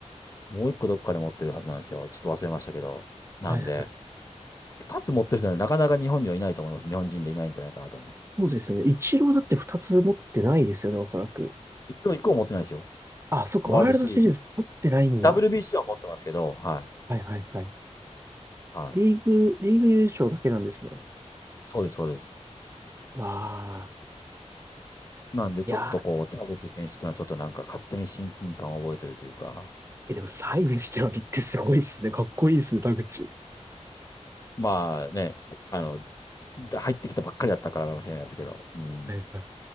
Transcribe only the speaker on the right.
はいはい。
そうですよね。イチローだって2つ持ってないですよね、おそらく。
あ、そっか、
ワールドシリーズ取ってないんだ。
はいはいはい。
リーグ、リーグ優勝だけなんですね。
わあ。
いや
ー、え、でもサインしてはるってすごいっすね。かっこいいっすね、田口。
はいはい。